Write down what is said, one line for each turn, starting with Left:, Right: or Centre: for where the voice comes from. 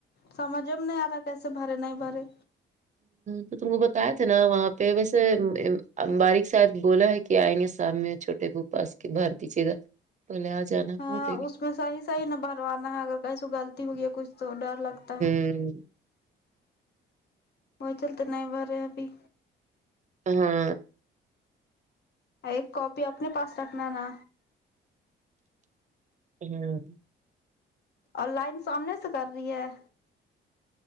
Left: سمجھ میں نہیں آ رہا کیسے بھرے نہیں بھرے
Right: تو تم کو بتایا تھے نا وہاں پہ ویسے باریک شاید بولا ہے کہ کے آئیں گے سام میں چھوٹے پوپاس کے بارتی چیدا پہلے آ جانا
Left: ہاں
Right: بھر دیں
Left: اس میں صحیح صحیح نہ بھروانا ہے اگر کہیں سے غلطی ہو گئی ہے کچھ تو ڈر لگتا ہے
Right: ہم
Left: <unintelligible> نہیں بھر رہے ابھی
Right: ہاں
Left: اور ایک کاپی اپنے پاس رکھنا نا
Right: ہمم
Left: آن لائن سامنے سے کر رہی ہے